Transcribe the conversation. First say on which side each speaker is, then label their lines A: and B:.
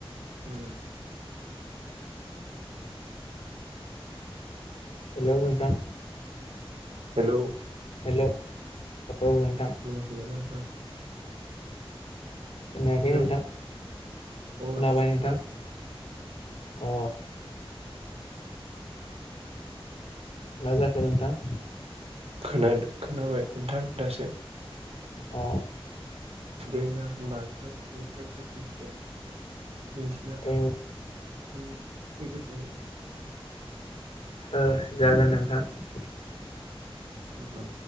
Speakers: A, on the right; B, on the left.
A: उम
B: हेलौ नोंथां।
A: हेलौ।
B: हेलौ। औ नोंथां
A: औ <unintelligible> नोंथां।
B: खोनायाखै
A: हेलौ
B: नोंथां
A: अ
B: खोनाबाय
A: दासो
B: नोंथां।
A: खोनादों
B: अ मा जाखो नोंथां?
A: खोनादों खोनाबाय नोंथां दासो
B: अ
A: दे ना होमबा नोंथां <unintelligible> मिथिना
B: औ
A: उम बेबादिनो।
B: ओ जागोन नोंथां।
A: उम